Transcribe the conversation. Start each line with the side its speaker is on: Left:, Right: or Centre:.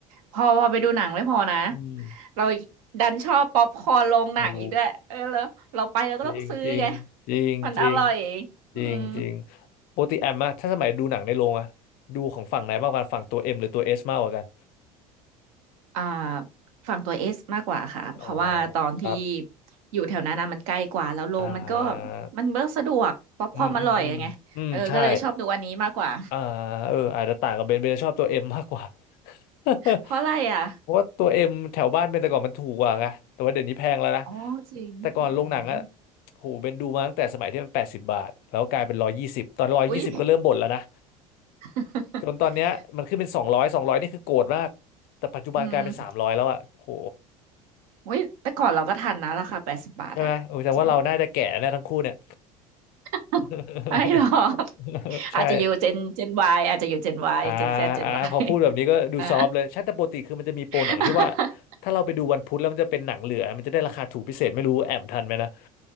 Right: พอพอไปดูหนังไม่พอนะ
Left: <laughs> อืม
Right: เราดันชอบป๊อปคอร์นโรงหนังอีกด้วยเออแล้วเราไปเราก็ต้องซื้อไง
Left: โอ้ จริงจริงจริงจริง
Right: มันอร่อยอืม
Left: จริงจริงปกติแอมอะถ้าสมัยดูหนังในโรงอะดูของฝั่งไหนมากกว่ากันฝั่งตัวเอ็มหรือตัวเอสมากกว่ากัน
Right: อ่าฝั่งตัวเอสมากกว่าค่ะเพราะว่าตอนที่
Left: อ๋อครับ
Right: อยู่แถวนั้นนะมันใกล้กว่าแล้วโรงมันก็
Left: อ่า
Right: มันเบิกสะดวกป๊อปคอร์นอร่อยไงเออก็เลยชอบดูอันนี้มากกว่า
Left: อืมอืมอืมอืมใช่อ่าเอออาจจะต่างกับเบนเบนชอบตัวเอ็มมากกว่า <laughs>
Right: เพราะอะไรอ่ะ
Left: เพราะว่าตัวเอ็มแถวบ้านเบนแต่ก่อนมันถูกกว่าไงแต่ว่าเดี๋ยวนี้แพงแล้วนะ
Right: อ๋อจริงอืม
Left: แต่ก่อนโรงหนังอะโหเบนดูมาตั้งแต่สมัยที่มันแปดสิบบาทแล้วกลายเป็นร้อยยี่สิบตอนร้อยยี่สิบก็เริ่มบ่นแล้วนะ
Right: อุ๊ย <laughs>
Left: จนตอนเนี้ยมันขึ้นเป็นสองร้อยสองร้อยนี่คือโกรธมากแต่ปัจจุบันกลายเป็นสามร้อยแล้วอ่ะโห
Right: อืม อุ้ยแต่ก่อนเราก็ทันนะราคาแปดสิบบาทอะจริง
Left: ใช่ไหมโอ้ยแต่ว่าเราน่าจะแก่แล้วทั้งคู่เนี่ย
Right: <laughs>
Left: <laughs>
Right: ไม่หรอก
Left: ใช่
Right: อาจจะอยู่เจนเจนวายอาจจะอยู่เจนวายเจนแซดเจนวาย
Left: อ่าอ่าพอพูดแบบนี้ก็ดูซอฟต์เลยใช่แต่ปกติคือมันจะมีโปรหนังที่ว่า
Right: อ่า <laughs>
Left: ถ้าเราไปดูวันพุธแล้วมันจะเป็นหนังเหลือมันจะได้ราคาถูกพิเศษไม่รู้แอมทันไหมนะ